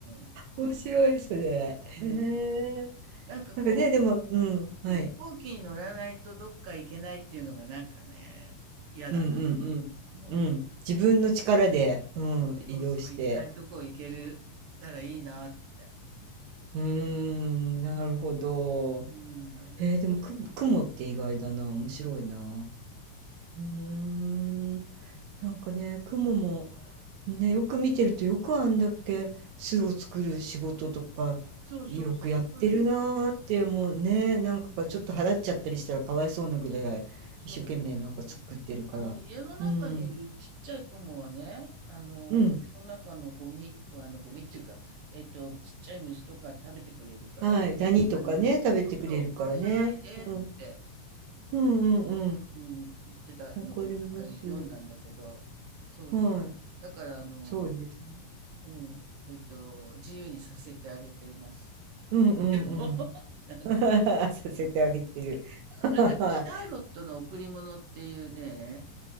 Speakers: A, on the right; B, on the right.
A: ん。
B: 面白い、それ。
A: うん
B: へえ。
A: なんかこ
B: なんかね、でも、うん、はい。
A: う、飛行機に乗らないとどっか行けないっていうのがなんかね、嫌だなって思う。
B: うんうんうん。うん。自分の力で、うん、移動して。
A: そうそう、行きたいとこ行けるたらいいなって。
B: うーん、なるほど。
A: うん。
B: えー、でも、く、雲って意外だな。面白いな。うーん。なんかね、雲も、ね、よく見てるとよくあんだけ巣を作る仕事とかよくやってるなーってもうねなんかちょっと払っちゃったりしたらかわいそうなぐらい一生懸命なんか作ってるからうん
A: そうそう、すごいよ。うん。そうそうそう。あの、家の中にいるちっちゃいクモはね、あの、
B: うん
A: 家の中のゴミ、あの、ゴミっていうか、えっと、ちっちゃい虫とか食べてくれるから、
B: はいダニとかね食べてくれるからね、
A: あの、そうそう、殺さないでって
B: うん、うんうんうん
A: うん、言ってたの、
B: わかります
A: なんか読んだんだけど、そうそう。
B: はい
A: だから、あの、
B: そうですね
A: うん、えっと、自由にさせてあげてます。
B: うんうんうん
A: <laughs>
B: <laughs> させてあげてる <laughs>
A: なんか、
B: はい
A: シャーロットの贈り物っていうね、